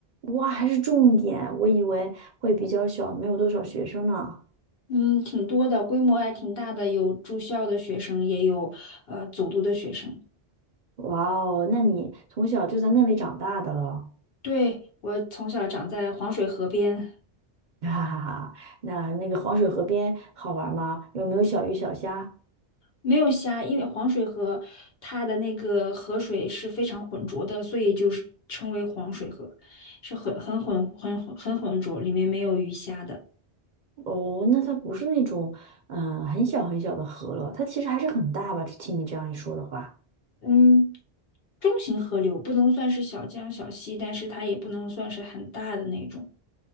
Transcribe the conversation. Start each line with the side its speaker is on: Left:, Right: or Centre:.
Right: 哇，还是重点，我以为会比较小，没有多少学生呢。
Left: 嗯，挺多的，规模还挺大的，有住校的学生，也有呃走读的学生。
Right: 哇哦，那你从小就在那里长大的了，
Left: 对，我从小长在黄水河边，
Right: <laughs> 哈哈哈。那那个黄水河边好玩吗？有没有小鱼小虾？
Left: 没有虾，因为黄水河它的那个河水是非常浑浊的，所以就是称为黄水河，是很很浑很浑很浑浊，里面没有鱼虾的。
Right: 哦，那它不是那种嗯、呃很小很小的河了，它其实还是很大吧？听你这样一说的话，
Left: 嗯，中型河流不能算是小江小溪，但是它也不能算是很大的那种。